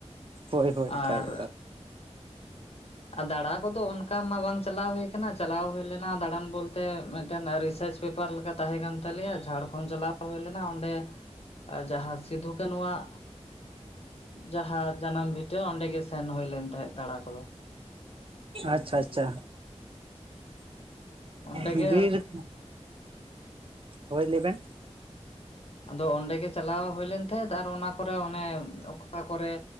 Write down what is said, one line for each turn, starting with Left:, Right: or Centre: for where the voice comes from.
Right: ᱦᱳᱭ ᱦᱳᱭ
Left: ᱟᱨ
Right: ᱮᱠᱟᱞ ᱮᱠᱟᱞ
Left: ᱟᱨ ᱫᱟᱬᱟ ᱠᱚᱫᱚ ᱚᱱᱠᱟ ᱢᱟ ᱵᱟᱝ ᱪᱟᱞᱟᱣ ᱦᱩᱭ ᱠᱟᱱᱟ ᱪᱟᱞᱟᱣ ᱦᱩᱭ ᱞᱮᱱᱟ ᱫᱟᱬᱟᱱ ᱵᱚᱞᱛᱮ ᱢᱤᱫᱴᱮᱱ ᱨᱤᱪᱷᱟᱨᱡᱽ ᱯᱮᱯᱟᱨ ᱞᱮᱠᱟ ᱛᱟᱦᱮᱸ ᱠᱟᱱ ᱛᱟᱞᱮᱭᱟ ᱡᱷᱟᱲᱠᱷᱚᱸᱰ ᱪᱟᱞᱟᱣ ᱦᱩᱭ ᱞᱮᱱᱟ ᱚᱸᱰᱮ ᱡᱟᱦᱟᱸ ᱥᱤᱫᱷᱩ ᱠᱟᱹᱱᱩᱣᱟᱜ ᱡᱟᱦᱟᱸ ᱡᱟᱱᱟᱢ ᱵᱷᱤᱴᱟᱹ ᱚᱸᱰᱮ ᱜᱮ ᱥᱮᱱ ᱦᱩᱭ ᱞᱮᱱ ᱛᱟᱦᱮᱸᱜ ᱫᱟᱬᱟ ᱠᱚᱫᱚ
Right: ᱟᱪᱪᱷᱟ ᱟᱪᱪᱷᱟ
Left: ᱚᱸᱰᱮ
Right: ᱵᱤᱨ
Left: ᱜᱮ
Right: ᱦᱳᱭ ᱞᱮᱵᱮᱱ
Left: ᱟᱫᱚ ᱚᱸᱰᱮᱜᱮ ᱪᱟᱞᱟᱣ ᱦᱩᱭ ᱞᱮᱱ ᱛᱟᱦᱮᱸᱫ ᱟᱨ ᱚᱱᱟ ᱠᱚᱨᱮ ᱚᱱᱮ ᱚᱠᱟ ᱠᱚᱨᱮ